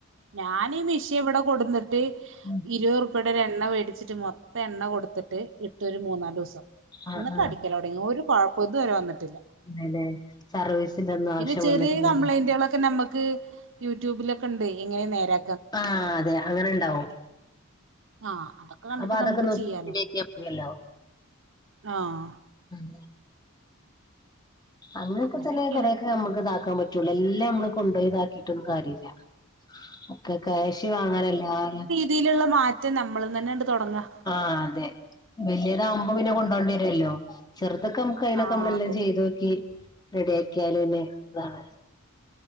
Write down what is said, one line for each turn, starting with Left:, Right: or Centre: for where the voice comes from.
Right: ഞാനീ മിഷ്യ ഇവടെ കൊടുന്നിട്ട്
Left: ഉം
Right: ഇരുവറുപ്പടെ ഒരു എണ്ണ മേടിച്ചിട്ട് മൊത്ത എണ്ണ കൊടുത്തിട്ട് ഇട്ടൊരു മൂന്നാല്സം
Left: ആ
Right: അന്നിട്ട്
Left: ആ
Right: അടിക്കല് തൊടങ്ങി ഒരുകൊഴപ്പം ഇതുവരെ വന്നിട്ടില്ല
Left: അതെല്ലേ സർവീസിന്റെ ഒന്നും ആവശ്യം
Right: പിന്നെ ചെറിയ
Left: വന്നിട്ടില്ലല്ലേ
Right: കംപ്ലൈയിൻ്റ്കളൊക്കെ നമ്മക്ക് യൂട്യൂബിലൊക്കെണ്ട് എങ്ങനാ നേരാ
Left: ആഹ് അതെ അങ്ങനെണ്ടാവും
Right: ആഹ് അതൊക്കെ കണ്ടിട്ട്
Left: അപ്പൊ അതൊക്കെ
Right: നമുക്ക്
Left: നോക്കി
Right: ചെയ്യാലോ
Left: ശരിയാക്കിയാ മതിയല്ലോ
Right: ആഹ്
Left: ഉം അങ്ങനൊക്കെ
Right: അങ്ങനെയൊക്കെയാണ്
Left: തന്നെ കൊറെക്കെ നമ്മക്ക് ഇതാക്കാൻ പറ്റ് റ്റൊള്ളൂ എല്ലാം നമ്മള് കൊണ്ടേയിതാക്കിട്ടൊന്നും കാര്യല്ല ഒക്കെ കാശ് വാങ്ങനെല്ലാരും
Right: തീലുള്ള മാറ്റം നമ്മള്ന്നന്നെ ആണ്ട് തൊടങ്ങാ
Left: ആഹ് അതെ വല്ല്യതാവുമ്പ പിന്നെ
Right: ഉം
Left: കൊണ്ടോണ്ടി വരുവല്ലോ ചെറുതൊക്കെ നമ്മക്ക് ക്കഴിയണതൊക്കെ
Right: ആഹ്
Left: നമ്മളെല്ലാം
Right: അതെ
Left: ചെയ്തോക്കി റെഡിയാക്കിയാലന്നെ ഇതാണ്